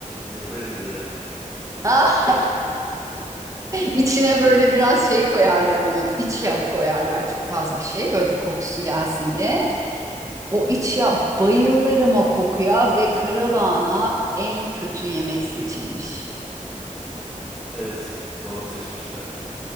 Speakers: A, in the centre; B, on the right.
A: nefret ederim.
B: Ah, içine böyle biraz şey koyarlar onun. İç yağı koyarlar çok az bir şey böyle bir kokusu gelsin diye. O iç yağ bayılırım o kokuya ve karalahana en kötü yemek seçilmiş.
A: Evet doğru seçmişler.